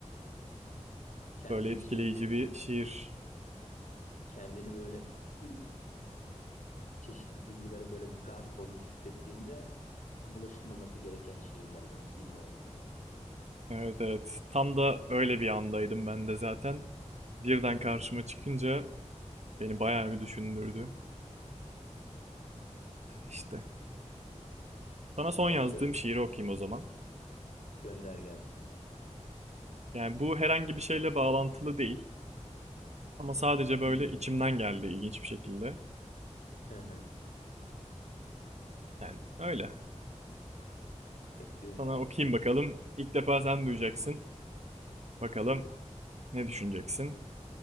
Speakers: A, on the left (about 80°); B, on the right (about 60°).
A: Kendini
B: Böyle etkileyici
A: şey hissettiği,
B: bir şiir.
A: kendini böyle ü- çeşitli duygulara böyle gark olmuş hissettiğinde bulaşılmaması gereken şiirlerden girme oralara.
B: Evet evet, tam da öyle bir andaydım ben de zaten. Birden
A: Hı hı.
B: karşıma çıkınca beni bayağı bir düşündürdü. İşte. Sana son
A: Ya
B: yazdığım
A: şey
B: şiiri okuyayım o zaman.
A: gönder gelsin.
B: Yani bu herhangi bir şeyle bağlantılı değil. Ama sadece böyle
A: Hı hı.
B: içimden geldi ilginç bir şekilde.
A: Hı hı.
B: Yani öyle.
A: Bekliyorum
B: Sana
A: abi.
B: okuyayım bakalım. İlk defa sen duyacaksın. Bakalım ne düşüneceksin?